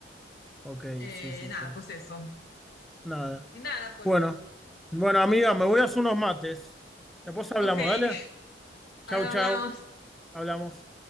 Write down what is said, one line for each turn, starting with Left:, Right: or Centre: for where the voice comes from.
Centre: Ok,
Left: Eh,
Centre: sí, sí, sí.
Left: nada, pues eso.
Centre: Nada.
Left: Y nada, pues,
Centre: Bueno, bueno, amiga, me voy a hacer unos mates. Después hablamos,
Left: ok, <laughs>
Centre: dale.
Left: ahora
Centre: Chau, chau.
Left: hablamos.
Centre: Hablamos.